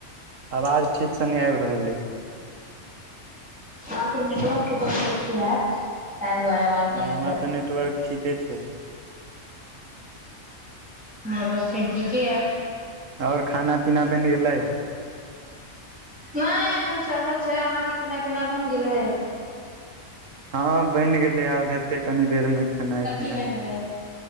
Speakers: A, on the right; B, in the centre.
A: आवाज ठीकसँ नहि आबि रहल अइ
B: हग नेटवर्क के कोनो इश्यू हेत त‌ए द्वारेआवाज नहि निकल
A: हमर तऽ नेटवर्क ठीके छै
B: आर त फेन ठीके य
A: आओर खाना पीना बनि गेलै
B: नहि एखन चढ़ल छै अहाँके खेना पिना बनि गेलै
A: हँ बनि गेलै आब हेतै कनी देर मे खेनाइ
B: कथी
A: पिनाइ
B: बनलै